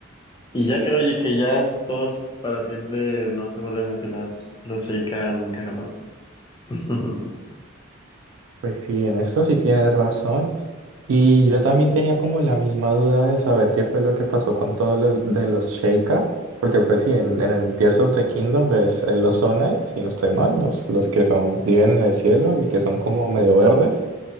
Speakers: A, on the left (about 20°); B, on the right (about 80°).
A: Y ya creo oye, que ya es todo para siempre, no se vuelve a mencionar los Sheikah nunca jamás. <laughs>
B: Pues sí, en eso sí tienes razón. Y yo también tenía como la misma duda de saber qué fue lo que pasó con todos los de los Sheikah, porque pues sí, en, en el Tears of the Kingdom ves eh, los Sonai, si no estoy mal, los, los que son, viven en el cielo y que son como medio verdes.